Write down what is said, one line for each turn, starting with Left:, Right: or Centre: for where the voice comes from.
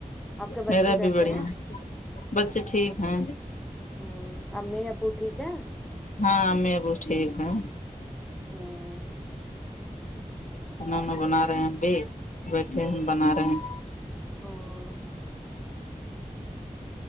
Centre: اپ کے
Left: میرا
Centre: بچے کیسے
Left: بھی بڑھیا
Centre: ہے
Left: بچے ٹھیک ہیں
Centre: ہمم امی ابو ٹھیک ہیں
Left: ہاں امی ابو ٹھیک ہیں
Centre: ہمم
Left: کھانا وانا بنا رہے ہیں ہم بھی بیٹھے ہم بنا رہے ہیں
Centre: ہا